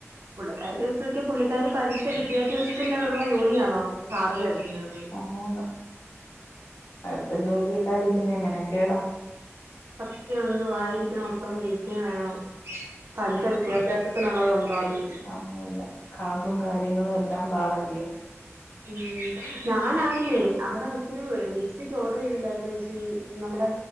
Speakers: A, on the right; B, on the left.
A: പുള്ളിക്കാർോക്ക പുള്ളിക്കാരി പഠിച്ച വിദ്യാഭ്യാസത്തിന ഉള്ള ജോലിയാണോ അവിടെ ചാർജ് അടിക്കുന്നത്
B: ആന്ന് അടുത്ത ജോലി കിട്ടാതിരിക്കുന്നേ മനക്കേടാ
A: പറ്റയൊന്ത് വായിരിക്കുന്ന മൊത്തം ജീക്കാൻ വേണം പഠിച്ച വിദ്യാഭ്യാസ അത്ര നുള്ള വന്നത്
B: അതല്ല കണകും കാര്യങ്ങളും എല്ലാം പാടന്ല്്യം
A: ഉം ഞാനാണേലേ അവിടെ വച്ചരു ലിപ്സ്റ്റിക് ഓർഡർ ചെയ്തില്ലായിരരുന്നുച്ചി നമ്മുടെ